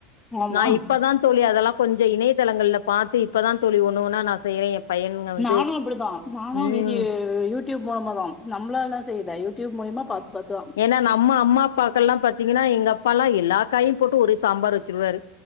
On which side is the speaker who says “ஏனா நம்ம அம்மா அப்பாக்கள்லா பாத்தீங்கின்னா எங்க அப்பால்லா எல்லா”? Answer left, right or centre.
Left